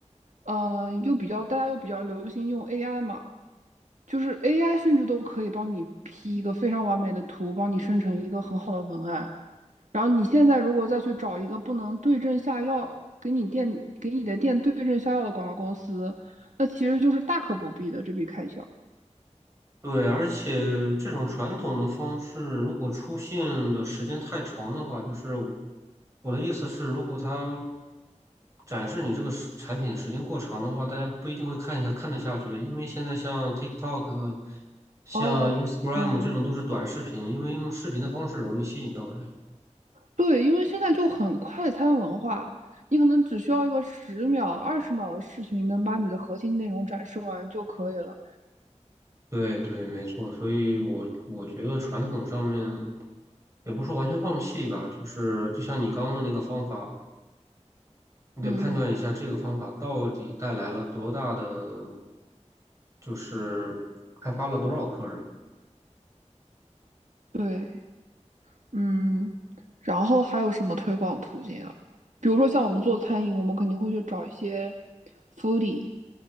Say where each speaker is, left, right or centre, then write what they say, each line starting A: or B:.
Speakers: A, on the right; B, on the right.
A: 呃，又比较大家又比较流行用 AI 嘛，就是 AI 甚至都可以帮你 P 一个非常完美的图，帮你生成一个很好的文案。然后你现在如果再去找一个不能对症下药，给你店给你的店对症下药的广告公司，那其实就是大可不必的这笔开销。
B: 对，而且这种传统的方式，如果出现的时间太长的话，就是我我的意思是，如果它展示你这个时产品时间过长的话，大家不一定会看一下看得下去的，因为现在像 TikTok 啊像
A: 哦，
B: Instagram
A: 嗯，
B: 这种都是短视频，因为用视频的方式容易吸引到人。
A: 对，因为现在就很快餐文化，你可能只需要一个十秒、二十秒的事情，能把你的核心内容展示完就可以了。
B: 对对，没错，所以我我觉得传统上面也不说完全放弃吧，就是就像你刚刚的那个方法。你得判断一下这个方法到底带来了多大的，
A: 嗯嗯，
B: 就是开发了多少客人。
A: 对。嗯，然后还有什么推广途径啊？比如说像我们做餐饮，我们肯定会去找一些 foodie，